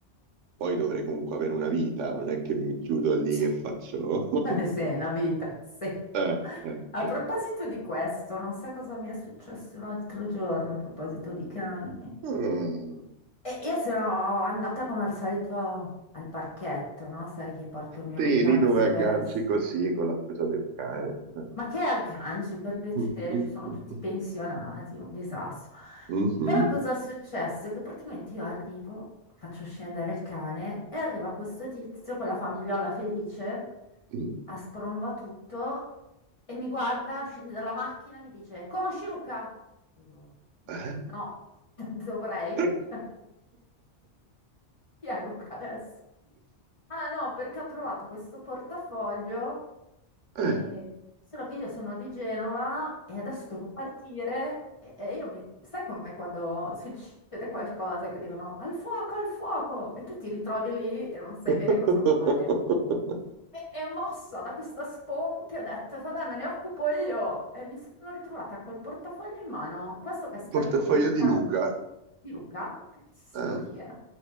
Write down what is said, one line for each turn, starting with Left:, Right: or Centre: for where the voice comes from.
Right: Poi dovrei comunque avere una vita, non è che mi chiudo lì
Left: <laughs>
Right: e faccio... <laughs>
Left: Cioè, Sì, è una vita, sì.
Right: Eh, eh,
Left: A
Right: eh.
Left: proposito di questo, non sai cosa mi è successo l'altro giorno a proposito di cani.
Right: Mm.
Left: E io sono andata come al solito al parchetto, no? Sai che porto il mio
Right: Sì,
Left: cane
Right: lì dove
Left: spesso.
Right: agganci così con la scusa del cane. Eh.
Left: Ma che agganci, per piacere,
Right: Mm, mm,
Left: ci sono tutti pensionati, un disastro.
Right: mm, mm,
Left: Però cosa è successo? Che praticamente io arrivo, faccio scendere il cane e arriva questo tizio con la famigliola felice,
Right: mhm. Mm.
Left: a spromba tutto e mi guarda, scende dalla macchina e mi dice: Conosci Luca? E io:
Right: <laughs> Eh?
Left: "N- No, <laughs> dovrei.
Right: Eh.
Left: <laughs> Chi è Luca adesso? Ah no, perché ho provato questo portafoglio,
Right: Eh.
Left: e- solo che io sono di Genova e adesso devo partire e, e io mi... Sai com'è quando succede qualcosa, gridano al fuoco, al fuoco e tu ti ritrovi lì e non sai
Right: <laughs>
Left: bene cosa fare. E, e mossa da questa sponte, ho detto, vabbè, me ne occupo io. E mi sono ritrovata col portafoglio in mano, questo che è sparito
Right: Portafoglio
Left: come un
Right: di
Left: cartone
Right: Luca.
Left: di Luca, che so
Right: Eh.
Left: chi è.